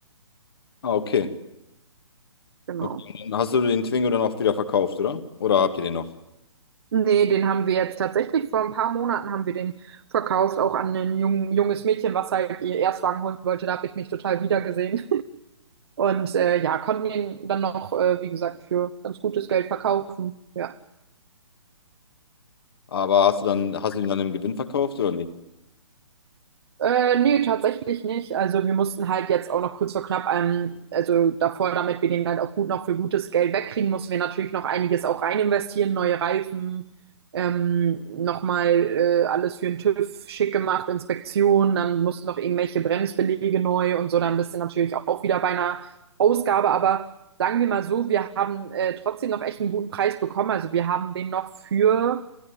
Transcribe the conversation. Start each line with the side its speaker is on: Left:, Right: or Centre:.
Left: Ah, okay.
Right: Genau.
Left: Okay, und dann hast du den Twingo dann auch wieder verkauft, oder? Oder habt ihr den noch?
Right: Nee, den haben wir jetzt tatsächlich vor ein paar Monaten haben wir den verkauft, auch an ein jung, junges Mädchen, was halt ihr Erstwagen holen wollte. Da habe ich mich total wiedergesehen. Und äh, ja, konnten ihn dann noch, äh, wie gesagt, für ganz gutes Geld verkaufen. Ja.
Left: Aber hast du dann, hast du den dann im Gewinn verkauft oder nicht?
Right: Äh, nee, tatsächlich nicht. Also wir mussten halt jetzt auch noch kurz vor knapp, ähm, also davor, damit wir den halt auch gut noch für gutes Geld wegkriegen, mussten wir natürlich noch einiges auch rein investieren, neue Reifen, ähm, nochmal äh, alles für den TÜV schick gemacht, Inspektion, dann mussten noch irgendwelche Bremsbeläge neu und so, dann bist du natürlich auch wieder bei einer Ausgabe, aber sagen wir mal so, wir haben äh, trotzdem noch echt einen guten Preis bekommen. Also wir haben den noch für